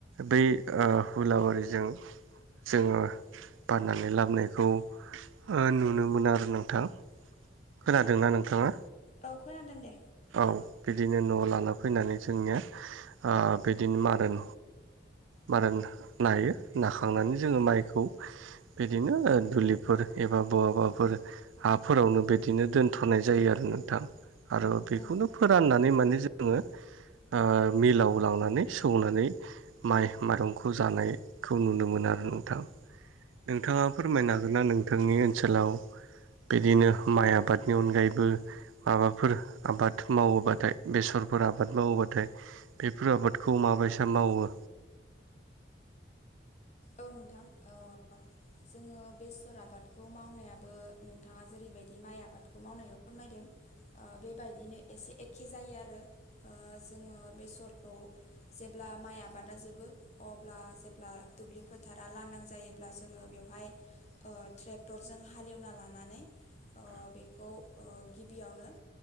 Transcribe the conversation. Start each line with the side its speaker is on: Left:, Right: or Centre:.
Right: बै ओ हुलाबारिजों जोङो बाननानै लाबोनायखौ ओ नुनो मोन आरो नोंथां खोनादोंना नोंथाङा?
Left: औ खोनादों दे
Right: औ बिदिनो न'आव लाना फैनानै जोंनिया ओ बिदिनो मारोन मारोन नायो नाखांनानै जोङो माइखौ बिदिनो दुलिफोर एबा बहाबा फोर हाफोरावनो बिदिनो दोनथ'नाय जायो आरो नोंथां आरो बेखौनो
Left: औ
Right: फोराननानै माने जोङो ओ मिलाव लांनानै सौनानै माइ माइरंखौ जानायखौ नुनो मोनो आरो नोंथां। नोंथाङा फोरमायनो हागोन ना नोंथांनि ओनसोलाव बिदिनो माइ आबादनि अनगायैबो माबाफोर आबाद मावोबाथाय बेसरफोर आबाद मावोबाथाय बेफोर आबादखौ माबायसा मावो
Left: औ नोंथां ओह जोङो बेसर आबादखौ मावनायाबो नोंथाङा जेरैबायदि माइ आबादखौ मावनायाव फोरमायदों ओ बेबायदिनो एसे एखे जायो आरो ओ जोङो बेसरखौ जेब्ला माइ आबादा जोबो अब्ला जेब्ला दुब्लि फोथारा लांदां जायोब्ला जोङो बेवहाय ओ ट्रेक्टरजों हालेवना लानानै ओ बेखौ ओ गिबियावनो